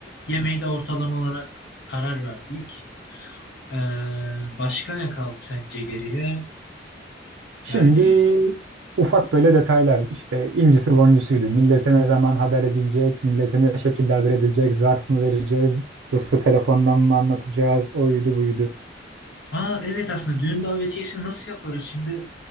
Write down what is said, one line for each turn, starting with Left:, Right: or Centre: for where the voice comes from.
Left: yemeği de ortalama olarak karar verdik. Ee, başka ne kaldı sence geriye?
Right: Şimdi
Left: Yani
Right: ufak böyle detaylar işte incisi boncusuydu. Millete ne zaman haber edilecek, millete ne şekilde haber edilecek, zarf mı vereceğiz yoksa telefondan mı anlatacağız, oydu buydu.
Left: Aa, evet aslında düğün davetiyesi nasıl yaparız? Şimdi